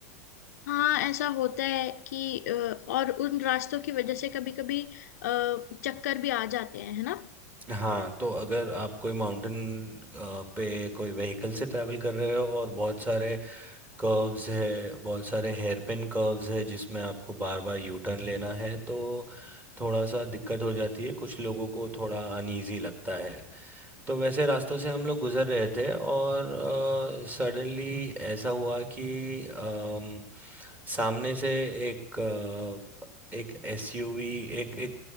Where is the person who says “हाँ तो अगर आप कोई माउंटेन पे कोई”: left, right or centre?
Right